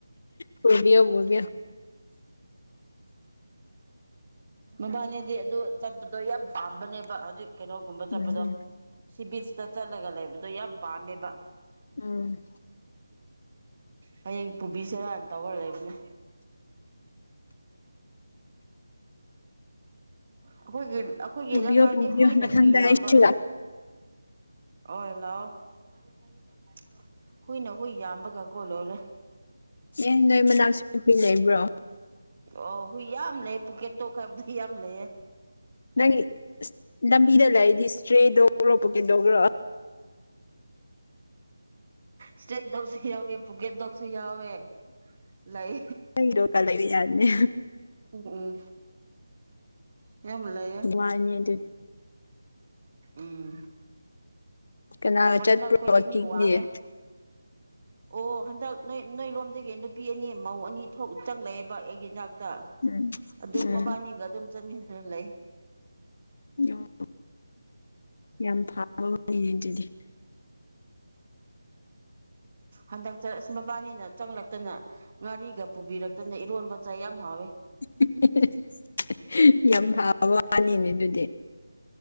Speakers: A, on the left; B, on the right.
A: ꯄꯨꯕꯤꯌꯣ ꯄꯨꯕꯤꯌꯣ
B: ꯃꯕꯥꯅꯤꯗꯤ ꯑꯗꯨ ꯆꯠꯄꯗꯣ ꯌꯥꯝ ꯄꯥꯝꯕꯅꯦꯕ ꯍꯧꯖꯤꯛ ꯀꯩꯅꯣꯒꯨꯝꯕ ꯆꯠꯄꯗꯣ
A: ꯎꯝ
B: ꯁꯤ ꯕꯤꯆꯇ ꯆꯠꯂꯒ ꯂꯩꯕ ꯑꯗꯣ ꯌꯥꯝ ꯄꯥꯝꯃꯦꯕ
A: ꯎꯝ
B: ꯍꯌꯦꯡ ꯄꯨꯕꯤꯁꯤꯔꯥꯅ ꯇꯧꯔ ꯂꯩꯕꯅꯦ ꯑꯈꯣꯏꯒꯤ ꯑꯩꯈꯣꯏꯒꯤꯗ
A: ꯄꯨꯕꯤꯌꯣ
B: ꯂꯩꯀꯥꯏꯗꯤ
A: ꯄꯨꯕꯤꯌꯣ
B: ꯍꯨꯏꯅ
A: ꯃꯊꯪꯗ
B: ꯍꯨꯏ ꯌꯥꯝꯕ
A: ꯑꯩꯁꯨ
B: ꯑꯣꯏ ꯂꯥꯛꯑꯣ ꯍꯨꯢꯅ ꯍꯨꯏ ꯌꯥꯝꯕꯒ ꯀꯣ ꯂꯣꯢꯔꯦ
A: ꯑꯦ ꯅꯣꯏ ꯃꯅꯥꯛꯁꯨ ꯍꯨꯏ ꯂꯩꯕ꯭ꯔꯣ
B: ꯑꯣ ꯍꯨꯏ ꯌꯥꯝ ꯂꯩꯑꯦ ꯄꯣꯀꯦꯠ ꯗꯣꯛ ꯍꯥꯏꯕꯗꯣ ꯌꯥꯝ ꯂꯩꯌꯦ
A: ꯅꯪꯒꯤ ꯂꯝꯕꯤꯗ ꯂꯩꯔꯗꯤ ꯇ꯭ꯔꯦꯗꯣ ꯄꯨꯔꯛꯄ ꯀꯩꯗꯧꯕ꯭ꯔꯣ
B: ꯁꯇ꯭ꯔꯤꯠ ꯗꯣꯛꯁꯤ ꯌꯥꯎꯋꯦ ꯄꯨꯀꯦꯠ ꯗꯣꯛꯁꯨ ꯌꯥꯎꯋꯦ ꯂꯩ
A: ꯑꯩ ꯗꯣꯒꯀ ꯂꯩꯕ ꯌꯥꯅꯤ
B: ꯎꯝ ꯎꯝ ꯌꯥꯝ ꯂꯩꯥꯌꯦ
A: ꯋꯥꯅꯤ ꯑꯗꯨ
B: ꯎꯝ
A: ꯀꯅꯥꯒ
B: ꯐꯣꯔꯦꯟꯅꯔ
A: ꯆꯠꯄ꯭ꯔꯣ
B: ꯈꯣꯢꯗꯤ
A: ꯋꯥꯛꯀꯤꯡꯗꯤ
B: ꯃꯤ ꯋꯥꯡꯉꯦ ꯑꯣ ꯍꯟꯗꯛ ꯅꯣꯏ ꯅꯣꯏ ꯂꯣꯝꯗꯒꯤ ꯅꯨꯄꯤ ꯑꯅꯤ ꯃꯧ ꯑꯅꯤ ꯊꯣꯛ ꯆꯪꯂꯛꯌꯦꯕ ꯑꯩꯒꯤ ꯏꯅꯥꯛ ꯇ
A: ꯎꯝ
B: ꯑꯗꯨꯝ
A: ꯎꯝ
B: ꯃꯕꯥꯅꯤꯒ ꯑꯗꯨꯝ ꯆꯠꯃꯤꯟꯅꯔ ꯂꯩ
A: ꯑꯣ ꯌꯥꯝ ꯐꯕꯋꯥꯅꯤꯅꯦ ꯑꯗꯨꯗꯤ <inaudible>
B: ꯍꯟꯗꯛ ꯆꯠ ꯃꯕꯥꯅꯤꯅ ꯆꯪꯂꯛꯇꯅ ꯉꯥꯔꯤꯒ ꯄꯨꯕꯤꯔꯛꯇꯅ ꯏꯔꯣꯟꯕ ꯆꯥꯢ ꯌꯥꯝ ꯍꯥꯎꯋꯦ
A: <unintelligible> ꯌꯥꯝ ꯐꯕ ꯋꯥꯅꯤꯅꯦ ꯑꯗꯨꯗꯤ